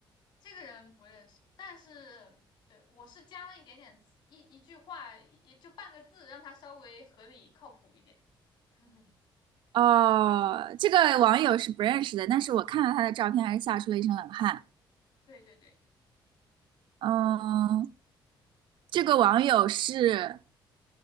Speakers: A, on the left; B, on the right.
A: 这个人不认识，但是对我是加了一点点词一一句话，也就半个字，让他稍微合理靠谱一点。<laughs>
B: 哦，这个网友是不认识的，但是我看到他的照片，还是吓出了一身冷汗。
A: 对对对，
B: 嗯，这个网友是